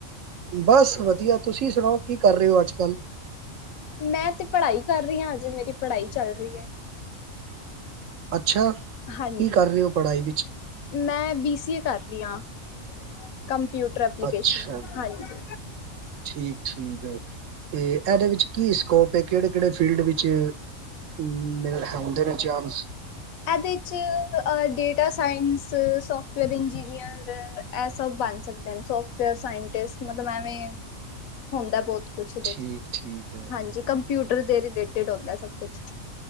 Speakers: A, on the right; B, on the left.
A: ਬਸ ਵਧੀਆ ਤੁਸੀਂ ਸੁਨਾਓ ਕੀ ਕਰ ਰਹੇ ਹੋ ਅੱਜ ਕੱਲ੍ਹ
B: ਮੈਂ ਤੇ ਪੜ੍ਹਾਈ ਕਰ ਰਹੀ ਹਾਂ ਅਜੇ ਮੇਰੀ ਪੜ੍ਹਾਈ ਚੱਲ ਰਹੀ ਹੈ
A: ਅੱਛਾ
B: ਹਾਂਜੀ
A: ਕੀ ਕਰ ਰਹੇ ਹੋ ਪੜ੍ਹਾਈ ਵਿੱਚ
B: ਮੈਂ ਬੀ ਸੀ ਏ ਕਰੀ ਹਾਂ ਕੰਪਿਊਟਰ ਐਪਲੀਕੇਸ਼ਨ
A: ਅੱਛਾ
B: ਹਾਂਜੀ
A: ਠੀਕ ਠੀਕ ਐਹਦੇ ਵਿੱਚ ਕੀ ਸਕੋਪ ਏ ਕਿਹੜੇ-ਕਿਹੜੇ ਫੀਲਡ ਵਿੱਚ, ਮੇ ਹੁੰਦੇ ਨੇ ਚਾਂਸ।
B: ਇਹਦੇ 'ਚ ਡੇਟਾ ਸਾਇੰਸ, ਸੋਫਟਵੇਅਰ ਇੰਜਨਅਰ ਇਹ ਸਭ ਬਨ ਸਕਦੇ ਸੋਫਟਵੇਅਰ ਸਾਇਂਟਿਸਟ ਮਤਲਬ ਐਵੇਂ ਹੁੰਦਾ ਬਹੋਤ ਕੁਛ ਓਦੇ
A: ਠੀਕ
B: ਚ
A: ਠੀਕ ਹੈ
B: ਹਾਂਜੀ ਕੰਪਿਊਟਰ ਦੇ ਰਿਲੇਟਿਡ ਹੁੰਦਾ ਸਭ ਕੁਛ